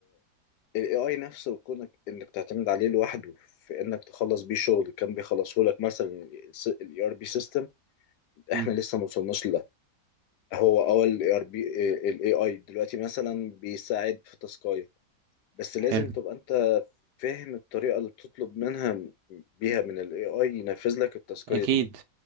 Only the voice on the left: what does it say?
الاي اي نفسه كونك انك تعتمد عليه لوحده في انك تخلص بيه شغل كان بيخلصه لك مثلا الاي ار بي سيستم
احنا لسه ما وصلناش لده هو اول الاي ار بي الاي اي دلوقتي مثلا بيساعد في تاسكايه بس
لازم تبقى انت فاهم الطريقة اللي بتطلب منها م- بيها من ال AI ينفذ لك التاسكية
دي